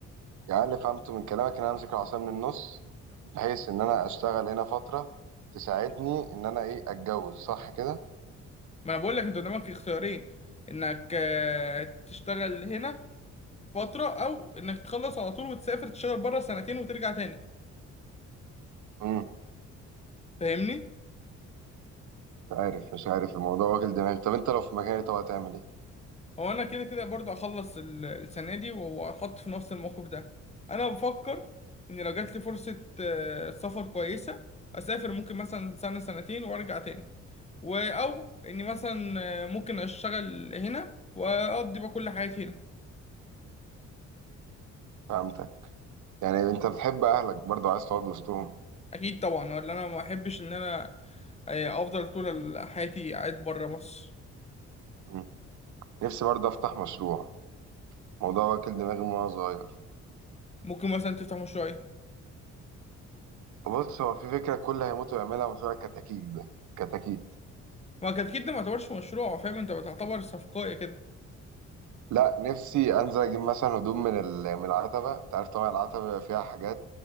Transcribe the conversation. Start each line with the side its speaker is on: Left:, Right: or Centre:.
Right: يعني اللي فهمته من كلامك إن أنا أمسك العصاية من النص بحيث إن أنا أشتغل هنا فترة تساعدني إن أنا إيه أتجوز صح كده؟
Left: ما انا بقول لك انت قدامك اختيارين انك آه، تشتغل هنا فترة أو إنك تخلص على طول وتسافر تشتغل بره سنتين وترجع تاني
Right: امم
Left: فاهمني؟
Right: مش عارف مش عارف الموضوع واكل دماغي طب أنت لو في مكاني طب هتعمل إيه؟
Left: هو أنا كده كده برضه هخلص ال- السنة دي وهحط في نفس الموقف ده أنا بفكر إن لو جات لي فرصة آه، سفر كويسة أسافر ممكن مثلا سنة سنتين وأرجع تاني و أو إني مثلا آه، ممكن أشتغل هنا وأقضي بقى كل حياتي هنا
Right: فهمتك يعني أنت بتحب أهلك برضو عايز تقعد وسطهم
Left: أكيد طبعا ولا أنا ما أحبش إن أنا آه، أفضل طول حياتي قاعد بره مصر
Right: مم. نفسي برضو أفتح مشروع موضوع واكل دماغي من وأنا صغير
Left: ممكن مثلا تفتح مشروع إيه؟
Right: بص هو في فكرة كل هيموت ويعملها مشروع الكتاكيت ده كتاكيت
Left: ما التدخين ده ما يعتبرش مشروع فاهم انت بتعتبر صفقاية كده
Right: لا نفسي انزل اجيب مثلا هدوم من ال- من العتبه انت عارف طبعا العتبه بيبقى فيها حاجات